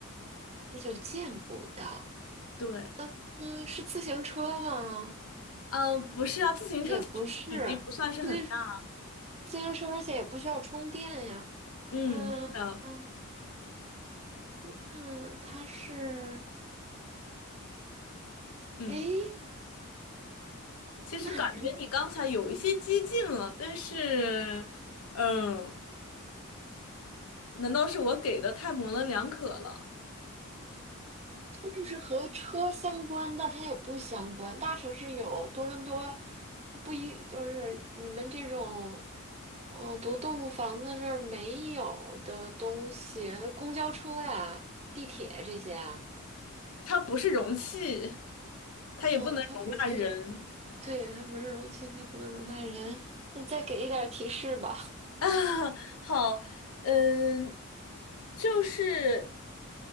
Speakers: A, on the right; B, on the left.
A: 那就见不到。
B: 对，
A: 嗯，是自行车吗？
B: 嗯，不是啊，自行车其实体积不算是很大。
A: 也不是，就是自行车，而且也不需要充电呀。
B: 嗯，
A: 嗯嗯，
B: 是的，
A: 那它是，
B: 嗯，
A: 诶，
B: 其实感觉你刚才有一些激进了，
A: 那你
B: 但是，嗯。难道是我给的太模棱两可了？
A: <laughs> 是不是和车相关？但它也不相关。大城市有多伦多，它不一就是你们这种，嗯、独栋房子那儿没有的东西，公交车呀、地铁这些啊。
B: 它不是容器，它也不能容纳人
A: 哦，它不是，对，对，它不是容器，它也不能容纳人。那再给一点儿提示吧。<laughs>
B: <laughs> 啊。好，嗯，就是